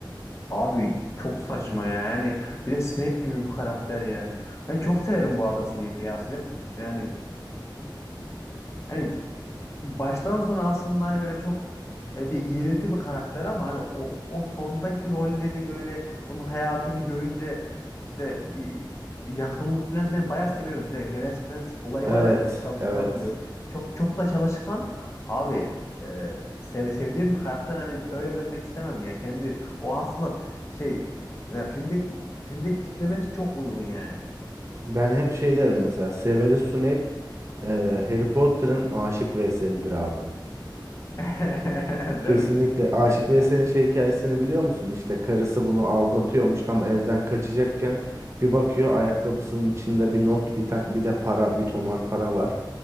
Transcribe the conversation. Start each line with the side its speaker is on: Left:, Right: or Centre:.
Left: Abi çok saçma ya. Yani bir de Snape gibi bir karakter yani. Ben çok severim bu arada Snape'i ya. Snape yani yani baştan sona aslında hani böyle çok e, bir iğrilti bir karakter ama hani o, o sondaki rolleri böyle onun hayatını görünce işte bir yakınlık falan ben bayağı seviyorum. Bir de Melez Prens olayı
Right: Evet,
Left: var yani böyle kitabı
Right: evet.
Left: falan buluyor. Çok çok da çalışkan abi e, sev- sevdiğim bir karakter hani öyle görmek istemem ya. Kendi o aslında şey mesela filmdeki filmdeki tiplemesi çok uygun yani.
Right: Ben hep şey derim mesela Severus Snape e, Harry Potter'ın Aşık Veysel'idir abi.
Left: <laughs>
Right: Kesinlikle
Left: Değil mi? Kesinlikle.
Right: Aşık Veysel'in şey hikayesini biliyor musun? İşte karısı bunu aldatıyormuş tam evden kaçacakken bir bakıyor ayakkabısının içinde bir not bir, ta- bir de para bir tomar para var.